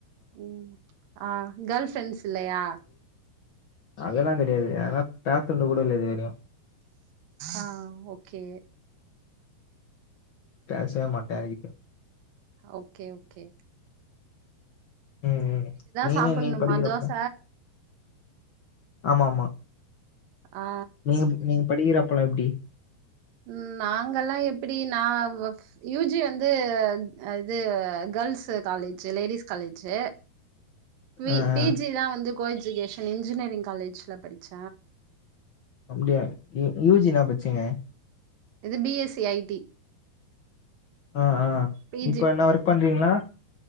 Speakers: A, on the right (about 65°); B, on the left (about 70°).
A: உம் ஆ கேள் ஃபிரெண்ட்ஸ் இல்லையா
B: அதல்லா கிடையாது அதெல்லா பேசன்து கூட இல்ல இது வரையு
A: ஆ ஓக்கே
B: பேசவே மாட்டே யார்கிட்டேயு
A: ஓக்கே ஓக்கே
B: ம் ம் நீங்க
A: சாப்புட்ணுமா
B: நீங்க படிக்குறப்ப
A: தோச
B: ஆமா ஆமா
A: ஆ
B: நீங் நீங்க படிக்கிறப்போலா எப்புடி
A: ம் நாங்கல்லா எப்பிடி நா வவ் யூஜி வந் து இது girls college ladies college P
B: ஆ ஆ
A: பி ஜி தா வந்து கோ எஜிகேஷன் இன்ஜினியரிங் காலேஜ்ல படிச்ச
B: அப்படியா யூ யூ ஜி என்னா படிச்சீங்க
A: இது B S C I T
B: ஆ ஆ
A: பி
B: இப்ப என்ன வர்க் பண்றீங்களா